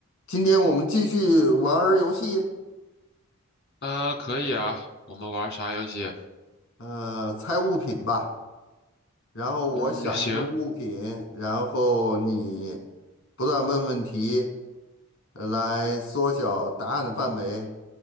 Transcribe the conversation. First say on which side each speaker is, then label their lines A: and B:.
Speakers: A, on the left; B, on the left.
A: 今天我们继续玩儿游戏，
B: 呃，可以啊，我们玩啥游戏？
A: 呃，猜物品吧。然后我想一个物品，
B: 嗯，行，
A: 然后你不断问问题，呃来缩小答案的范围。